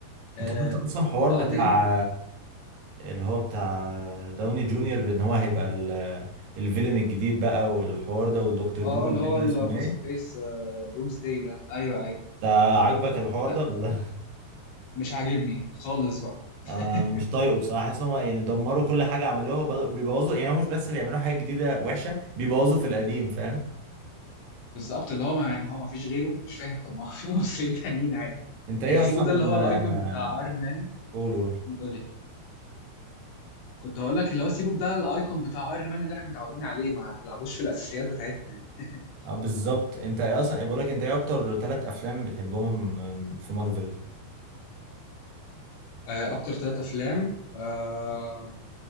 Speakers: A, on the left; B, on the right.
A: آه،
B: انت شفت اصلا حوار
A: وبعدين
B: بتاع اللي هو بتاع داوني جونيور بان هو هيبقى ال- الفيلن الجديد بقى والحوار ده ودكتور
A: اه
B: دوم مش
A: اللي هو
B: عارف
A: الماسك
B: اسمه ايه
A: فيس دومز داي ده ايوه ايوه
B: انت عاجبك الحوار
A: ده
B: ده ولا
A: مش عاجبني خالص بقى
B: <laughs>
A: <laughs>
B: انا مش طايقه بصراحه حاسس هم يعني دمروا كل حاجه عملوها وبداوا بيبوظوا يعني هم مش بس بيعملوا حاجه جديده وحشه بيبوظوا في القديم فاهم
A: بالظبط اللي هو ما يعني هو ما فيش غيره مش فاهم طب ما في <laughs> ممثلين تانيين عادي
B: انت ايه
A: يعني سيبوا
B: اصلا
A: ده اللي هو
B: آه،
A: الايكون بتاع ايرون مان
B: قول قول
A: قول لي كنت هقول لك اللي هو سيبوا ده الايكون بتاع ايرون مان اللي احنا متعودين عليه ما تلعبوش في الاساسيات بتاعتنا يعني
B: اه
A: <laughs>
B: بالظبط انت ايه اصلا بقول لك انت ايه اكتر ثلاث افلام بتحبهم آه، في مارفل
A: آه، اكتر ثلاث افلام آه،